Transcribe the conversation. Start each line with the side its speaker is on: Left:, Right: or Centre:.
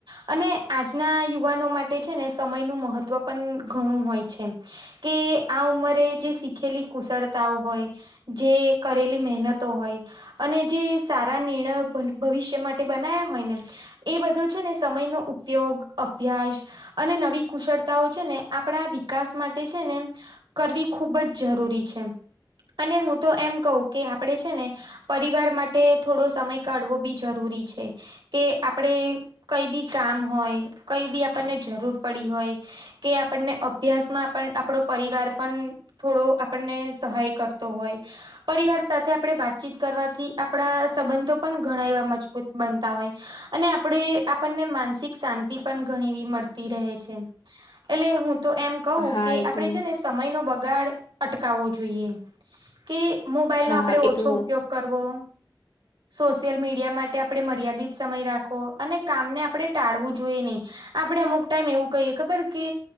Right: અને આજના યુવાનો માટે છે, ને સમયનું મહત્વ પણ ઘણું હોય છે. કે આ ઉંમરે જે શીખેલી કુશળતાઓ હોય જે કરેલી મહેનતો હોય. અને જે સારા નિર્ણય ભ ભવિષ્ય માટે બનાયા હોય ને એ બધો છે, ને સમયનો ઉપયોગ અભ્યાસ અને નવી કુશળ તા છે, ને આપણા વિકાસ માટે છે ને કરવી ખૂબ જ જરૂરી છે. અને હું તો એમ કહું કે આપડે છે, ને પરિવાર માટે થોડો સમય કાઢવો બી જરૂરી છે. કે આપડે કઈ બી કામ હોય કઈ બી જરૂર પડી હોય. કે આપણને અભ્યાસમાં આપ આપણો પરિવાર પણ થોડો આપણને સહાય કર તો હોય. પરિવાર સાથે આપણે વાતચીત કરવાથી આપણા સંબંધો પણ ઘણા એવા મજબૂત બનતા હોય. અને આપણેે આપણને માનસિક શાંતિ પણ ઘણી એવી મળતી રહે છે. એટલે હું તો એમ કહું
Left: હા
Right: કે
Left: એ
Right: આપડે
Left: તો
Right: છે, ને સમય ન બગાડ અટકાવવો જોઈએ કે મોબાઈલ
Left: હા
Right: નો આપણે
Left: એ
Right: ઓછો
Left: તો
Right: ઉપયોગ કરવો. સોશિયલ મીડિયા માટે આપણે મર્યાદિત સમય રાખવો અને કામને આપણે ટાળવું જોઈએ નહીં. આપડે અમુક ટાઈમ એવું કહીએ ખબર કે